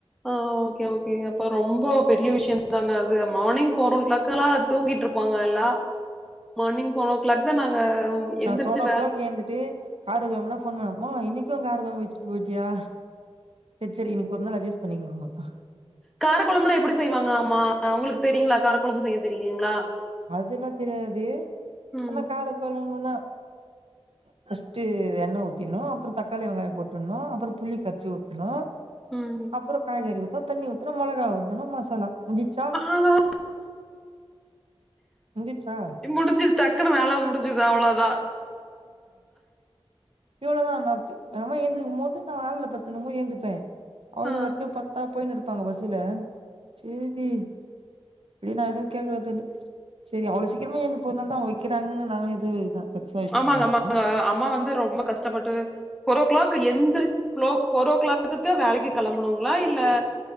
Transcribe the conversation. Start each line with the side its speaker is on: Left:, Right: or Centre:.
Centre: ஆ ஓகே ஓகே அப்ப ரொம்ப பெரிய விஷயந்தாங்க அது மார்னிங் ஃபோர் ஓ கிளாக்குல்லா தூங்கிட்ருப்பாங்க நல்லா மார்னிங் செவன் ஓ கிளாக் தா நாங்க
Right: நா
Centre: எந்திரிச்சு
Right: செவனோ
Centre: வே
Right: கிளாக் எழுந்துட்டு காரக்கொழம்புனா போன் பண்ணுவே மா இன்னிக்கு கார கொழம்பு வச்சுட்டு போயிட்டியா செர் செரி இன்னிக்கு ஒரு நாள் அட்ஜஸ்ட் பண்ணிக்கோங்க பா
Centre: காரக்கொழம்புனா எப்டி செய்வாங்க ஆமா உங்களுக்கு தெரியுங்களா காரக்கொழம்பு செய்ய தெரியுங்களா
Right: அதுல்லா தெரியாது
Centre: ம்,
Right: ஆனா காரகொழம்புன்னா ஃபர்ஸ்ட்டு எண்ண ஊத்திட்னு அப்புறோ தக்காளி வெங்காயோ போட்டுட்ணு அப்புறோ புளி கரச்சி ஊத்தணு
Centre: ம்
Right: அப்புறோ காய்கறி ஊத்த தண்ணி ஊத்தணு மொளகா ஊத்தணு மசாலா முஞ்சிச்சா
Centre: ஆமா
Right: முஞ்சிச்சா
Centre: முடிஞ்சு டக்குனு வேல முடிஞ்சுது அவ்ளோதா
Right: இவ்ளதா நாத்து அம்மா ஏந்துக்கும் போது நா ஆள்ல படுத்துனும் போ ஏந்துப்பே அவ்ளோ
Centre: ஆ.
Right: தா எத்து பா த்தா போயினு இருப்பாங்க பஸ்சுல செரி இல்ல நா எதுவு கேக்றது இல்ல செரி அவ்ளோ சீக்கிரமா ஏந்து போறனால தா வெக்கிறாங்கன்னு நா எது பெருசா வச்சுக்க
Centre: ஆமாங்
Right: மாட்டோ
Centre: ஆமாங்க அம்மா வந்து ரொம்ப கஷ்டப்பட்டு ஃபோரோ கிளாக் எந்திரிக்க ஃபோ ஃபோரோ கிளாக் த்து வேலைக்கு கெளம்பணுங்களா இல்ல